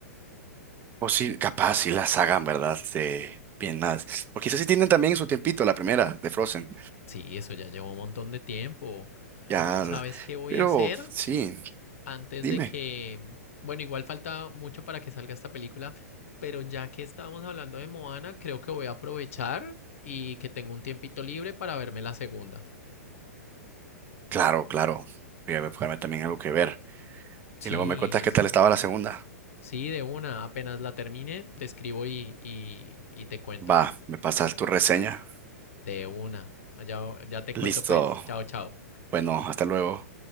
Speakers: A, on the right; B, on the left.
A: O sí, capaz si las hagan, ¿verdad? De bien más. O quizás sí tienen también su tiempito, la primera de Frozen.
B: Sí, eso ya llevó un montón de tiempo.
A: Ya,
B: ¿Sabes qué voy
A: pero
B: a hacer?
A: sí,
B: antes
A: dime.
B: de que, bueno, igual falta mucho para que salga esta película, pero ya que estábamos hablando de Moana, creo que voy a aprovechar y que tengo un tiempito libre para verme la segunda.
A: Claro, claro. Voy a buscarme también algo que ver.
B: Sí,
A: Y luego me cuentas qué
B: s-
A: tal estaba la segunda.
B: sí, de una. Apenas la termine, te escribo y, y, y te cuento.
A: Va, me pasas tu reseña.
B: De una. Ya, ya te
A: Listo.
B: cuento pues. Chao, chao.
A: Bueno, hasta luego.